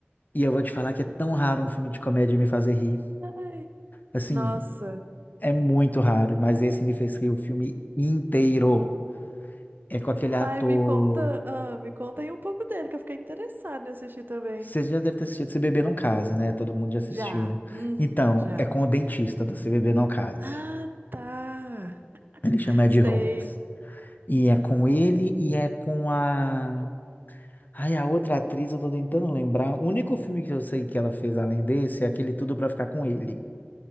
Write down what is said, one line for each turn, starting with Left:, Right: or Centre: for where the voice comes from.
Left: E eu vou te falar que é tão raro um filme de comédia me fazer rir.
Right: Ai,
Left: Assim,
Right: nossa.
Left: é muito raro, mas esse me fez rir o filme inteiro. É com aquele
Right: Uai,
Left: ator
Right: me conta, ah, me conta aí um pouco dele, que eu fiquei interessada em assistir também.
Left: Você já deve ter assistido Se Beber Não Case, né? Todo mundo já assistiu.
Right: Já. Uhum,
Left: Então,
Right: já.
Left: é com o dentista do Se Beber Não Case.
Right: Ah, tá.
Left: Ele chama Ed
Right: Sei.
Left: Holmes. E é com ele e é com a. Ai, a outra atriz, eu tô tentando lembrar. O único filme que eu sei que ela fez além desse é aquele Tudo Pra Ficar Com Ele.